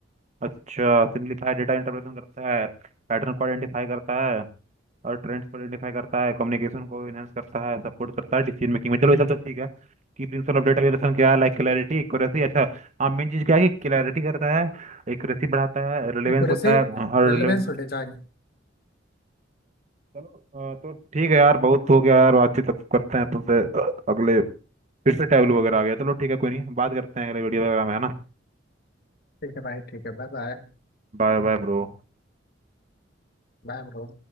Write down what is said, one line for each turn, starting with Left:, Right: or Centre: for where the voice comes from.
Right: अच्छा सिंप्लीफाई डेटा इंटरप्रेशन करता है पैटर्न को आइडेंटिफाई करता है और ट्रेंड्स को आइडेंटिफाई करता है कम्युनिकेशन को इनहेंस करता है सपोर्ट करता है डिसीजन मेकिंग में चलो ये सब तो ठीक है कि प्रिंसिपल ऑफ डेटा विजुलाइजेशन क्या है लाइक क्लैरिटी एक्यूरेसी अच्छा हाँ मेन चीज़ क्या है कि क्लैरिटी करता है एक्यूरेसी बढ़ाता है रिलेवेंस
Left: एक
Right: होता है हाँ, और
Left: रेलवे
Right: रिलेवेंस
Left: छोटे जाएंगे
Right: चलो अ, तो ठीक है यार बहुत हो गया यार बातचीत अब करते हैं तुमसे अ, अगले फिर से टैबलू वगैरह आ गया चलो ठीक है कोई नहीं बात करते हैं अगले वीडियो वगैरह में है ना
Left: ठीक है भाई ठीक है Bye bye
Right: Bye bye bro
Left: Bye bro